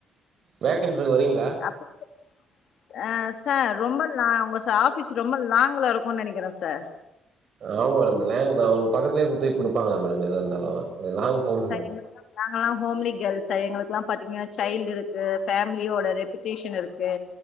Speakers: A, on the right (about 60°); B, on the left (about 70°).
A: வேகண்ட் இருக்கு வரிங்களா
B: <inaudible> ஆ சார் ரொம்ப லா உங்க ச ஆஃபீஸ் ரொம்ப லாங்க்ல இருக்குன் நெனைக்கிற சார்
A: ஆமா மேடம் லேங்தா உங்க பக்கத்திலயே குத்தகக்கி குடுப்பாங்களா மேடம் எதா இருந்தாலு கொஞ்ச லாங் போணு
B: சார்
A: மேடம்
B: எங்களுதெல்லா நாங்களா ஹோம்லி கேர்ள் சார் எங்களுக்குல்லா பாத்திங்கனா சைல்டு இருக்கு ஃபேமிலியோட ரெபிட்டேஷன் இருக்கு